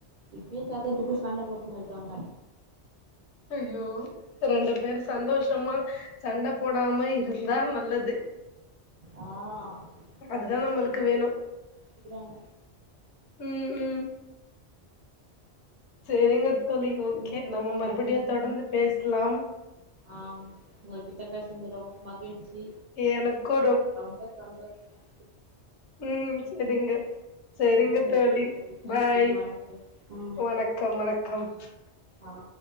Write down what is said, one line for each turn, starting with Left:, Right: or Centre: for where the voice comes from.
Right: இப்பயே சத்திரத்துக்கு சண்ட போட்னு இருக்காங்க
Left: ஐயோ ரெண்டு பேர் சந்தோஷமா சண்ட போடாம இருந்தா நல்லது
Right: ஆ எதாச்சு
Left: அதுதா
Right: சொன்னா
Left: நம்மளுக்கு வேணு
Right: திட்றாங்க
Left: உம் உம் சரிங்க தோழி
Right: சரிங்க
Left: ஓகே
Right: தோழி
Left: நம்ம மறுபடியு தொடர்ந்து பேஸ் க்லாம்
Right: ஆம் உங்ககிட்ட பேசுனது ரொம்ப மகிழ்ச்சி
Left: எனக்கு
Right: ரொம்ப சந்தோஷம்
Left: உம் சரிங்க சரிங்க
Right: சரி
Left: தோழி
Right: நன்றி
Left: பாய்
Right: வணக்கம் ம்
Left: வணக்கம் வணக்கம்
Right: ஆ